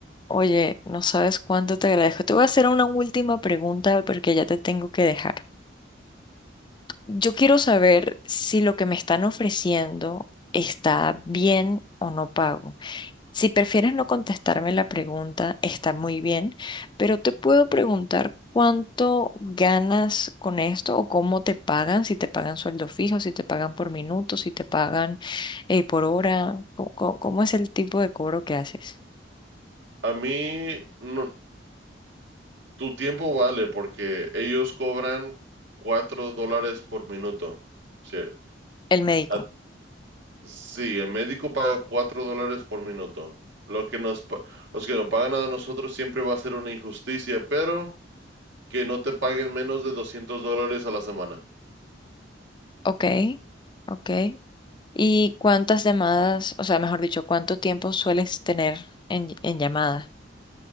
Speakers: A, on the left; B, on the right.
A: Oye, no sabes cuánto te agradezco. Te voy a hacer una última pregunta porque ya te tengo que dejar. Yo quiero saber si lo que me están ofreciendo está bien o no pago. Si prefieres no contestarme la pregunta, está muy bien, pero te puedo preguntar cuánto ganas con esto o cómo te pagan, si te pagan sueldo fijo, si te pagan por minuto, si te pagan eh, por hora, co- co- ¿cómo, es el tipo de cobro que haces?
B: A mí, no, tu tiempo vale porque ellos cobran cuatro dólares por minuto. Sí,
A: El médico.
B: a, Sí, el médico paga 4 dólares por minuto. Lo que nos, pa- los que nos pagan a nosotros siempre va a ser una injusticia, pero que no te paguen menos de 200 dólares a la semana.
A: Ok, ok, ¿Y cuántas llamadas, o sea, mejor dicho, cuánto tiempo sueles tener en, ll- en llamada?